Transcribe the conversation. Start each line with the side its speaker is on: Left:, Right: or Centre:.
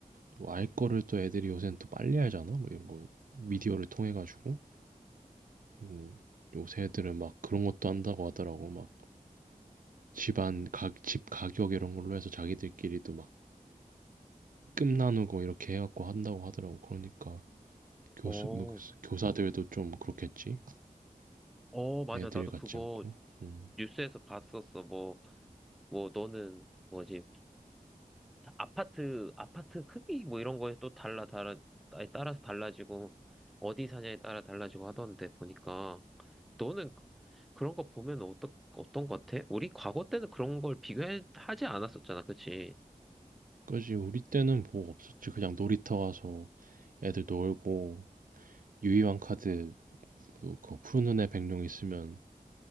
Right: 또 알 거를 또 애들이 요새는 또 빨리 알잖아 뭐 이런 거 미디어를 통해 가지고 그리고 요새 애들은 막 그런 것도 한다고 하더라고 막 집안 가, 집 가격 이런 걸로 해서 자기들끼리도 막 끔 나누고 이렇게 해갖고 한다고 하더라고 그러니까 교수
Centre: 어,
Right: 뭐 교수- 교사들도 좀 그렇겠지
Centre: 어, 맞아.
Right: 애들
Centre: 나도
Right: 같지
Centre: 그거
Right: 않고 음
Centre: 뉴스에서 봤었어. 뭐, 뭐, 너는 뭐지? 다 아파트, 아파트 크기 뭐 이런 거에 또 달라, 달라, 아니, 따라서 달라지고, 어디 사냐에 따라 달라지고 하던데 보니까, 너는 그- 그런 거 보면 어떤, 어떤 거 같아? 우리 과거 때는 그런 걸 비교하지 않았었잖아, 그치?
Right: 그지 우리 때는 뭐 없었지 그냥 놀이터 가서 애들 놀고 유희왕 카드 뭐그 푸른 눈에 백룡 있으면